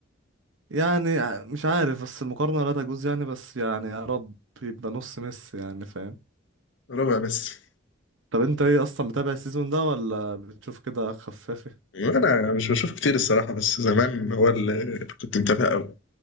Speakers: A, on the right; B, on the left.
A: يعني ع- مش عارف بس المقارنة لا تجوز يعني بس يعني يا رب يبقى نص ميسي يعني فاهم
B: ربع ميسي
A: طب انت ايه اصلا متابع السيزون ده ولا بتشوف كده خفافي
B: انا مش بشوف كتير الصراحه بس زمان هو اللي كنت متابع قوي